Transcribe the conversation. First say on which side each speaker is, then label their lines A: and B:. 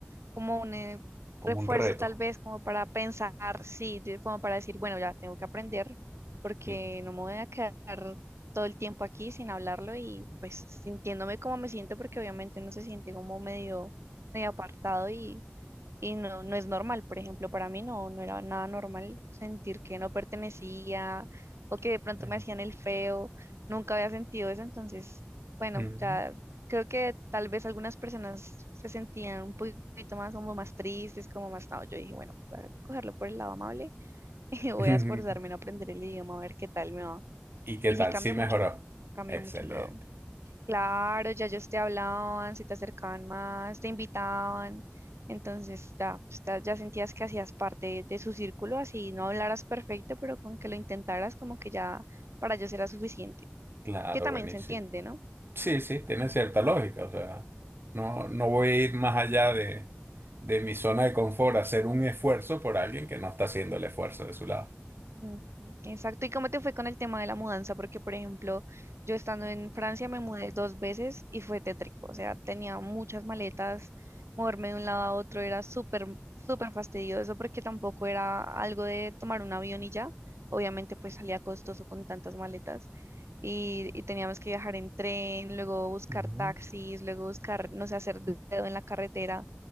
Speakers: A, on the right (about 90°); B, on the right (about 60°).
A: como un eh,
B: como
A: refuerzo
B: un reto.
A: tal vez, como para pensar, sí, de- como para decir, bueno, ya tengo que aprender porque
B: Sí.
A: no me voy a quedar todo el tiempo aquí sin hablarlo y pues sintiéndome como me siento porque obviamente uno se siente como medio, medio apartado y Y no, no es normal, por ejemplo, para mí no, no era nada normal sentir que no pertenecía o que de pronto
B: Sí.
A: me hacían el feo, nunca había sentido eso, entonces, bueno,
B: Ujú.
A: ya creo que tal vez algunas personas se sentían un poquito más como más tristes, como más, no, yo dije, bueno, voy a cogerlo por el lado amable <laughs> y voy
B: <laughs>
A: a esforzarme en aprender el idioma, a ver qué tal me va.
B: ¿Y qué
A: Y
B: tal?
A: sí, cambió
B: Sí mejoró.
A: mucho, cambió
B: Excelente.
A: mucho todo. Claro, ya ellos te hablaban, se te acercaban más, te invitaban. Entonces, ya, pues, ya ya sentías que hacías parte de su círculo, así no hablaras perfecto, pero con que lo intentaras, como que ya para ellos era suficiente.
B: Claro,
A: Que también
B: buenísimo.
A: se entiende, ¿no?
B: Sí, sí, tiene cierta lógica. O sea, no, no voy a ir más allá de, de mi zona de confort, a hacer un esfuerzo por alguien que no está haciendo el esfuerzo de su lado.
A: Ujú, Exacto. ¿Y cómo te fue con el tema de la mudanza? Porque, por ejemplo, yo estando en Francia me mudé dos veces y fue tétrico. O sea, tenía muchas maletas, moverme de un lado a otro era súper, súper fastidioso porque tampoco era algo de tomar un avión y ya. Obviamente, pues salía costoso con tantas maletas y, y teníamos que viajar en tren, luego buscar
B: Ujú.
A: taxis, luego buscar, no sé, hacer dedo en la carretera